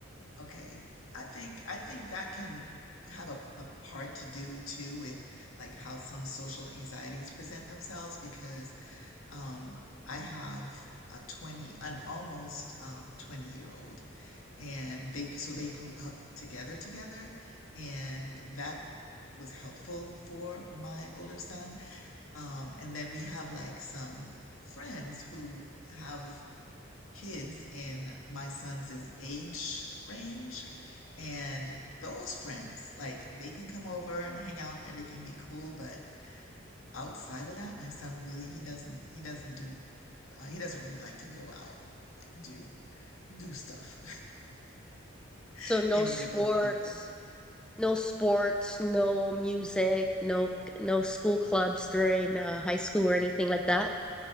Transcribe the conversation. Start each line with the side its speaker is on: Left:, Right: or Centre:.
Left: okay. I think I think that can have a, a part to do too with like how some social anxieties present themselves because um I have a 20 an almost um 20 year old and they so they grew up together together and that was helpful for my older son. Um and then we have like some friends who have kids in my son's age range. And those friends, like they can come over and hang out, everything be cool. But outside of that, my son really he doesn't he doesn't do uh, he doesn't really like to go out like do do stuff, <laughs>
Centre: So no
Left: you know,
Centre: sports.
Left: with other people.
Centre: no sports, no music, no no school clubs during uh, high school or anything like that.